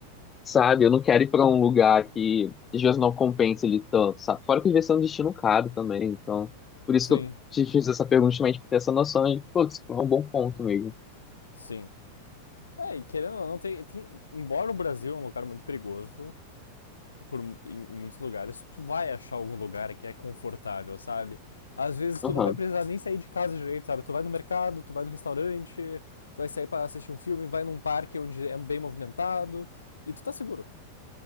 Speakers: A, on the left; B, on the left.
A: sabe, eu não quero ir pra um lugar que às vezes não compensa ele tanto, sabe? Fora que às vezes é um destino caro também, então, por isso
B: Sim.
A: que eu te fiz essa pergunta, justamente pra ter essa noção e, pô, isso foi um bom ponto mesmo.
B: Sim. É, e querendo ou não, tem, tem- embora o Brasil é um lugar muito perigoso, por, em, em muitos lugares, tu vai achar algum lugar que é confortável, sabe? Às vezes tu
A: Aham,
B: não vai precisar nem sair de casa direito, sabe? Tu vai no mercado, tu vai no restaurante, tu vai sair para assistir um filme, vai num parque onde é bem movimentado e tu tá seguro.